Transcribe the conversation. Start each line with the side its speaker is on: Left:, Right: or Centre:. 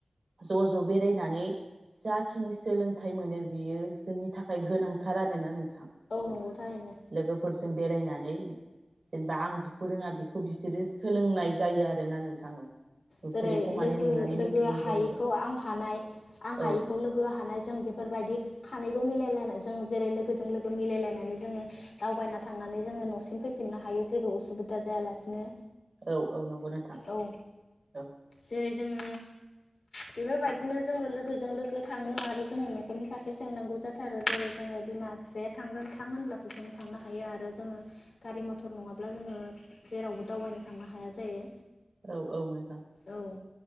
Right: ज ज बेरायनानै जाखिनि सोलोंथाइ मोनो बियो जोंनि थाखाय गोनां थार आरो ना नों थां
Left: नंगौ
Right: औ
Left: थारैनो
Right: लोगोफोरजों बेरायनानै जेनेबा आं बिखौ रोङा बेखौ बिसोरो सोलोंनाय जायो आरो ना नोंथां औ नुफेरैखौ
Left: जेरै
Right: माने
Left: लोगो
Right: नुनानै
Left: लोगो
Right: मिथिनाय
Left: हायिखौ
Right: जायो
Left: आं हानाय आं हायिखौ
Right: औ औ।
Left: लोगो हानाय जों बिफोरबायदि खानैबो मिलायलायना जों जेरै लोगोजों लोगो जों मिलायलायनानै जोङो दावबायना थांनानै जोङो नसिम फैफिननो हायो जेबो उसुबिदा जायालासिनो।
Right: औ औ नंगौ नोंथां
Left: औ
Right: औ।
Left: जेरै जोङो बेफोरबायदिनो जोङो लोगोजों लोगो थाङो आरो जोङो नखरनि फारसे सोंनांगौ जाथारो जेरै जोङो बिमा दे थांगोन थां होनब्लासो जों थांनो हायो आरो जोङो गारि मथर नङाब्ला जोङो जेरावबो दावबायनो थांनो हाया जायो।
Right: औ औ नोंथां
Left: औ